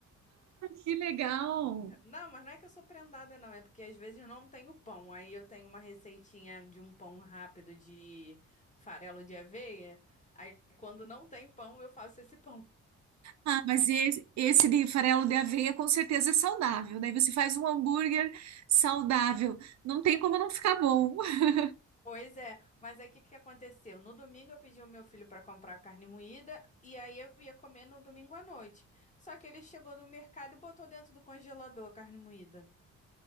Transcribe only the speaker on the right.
Que legal!
Ah, mas esse, esse de farelo de aveia com certeza é saudável. Daí você faz um hambúrguer saudável. Não tem como não ficar bom. <laughs>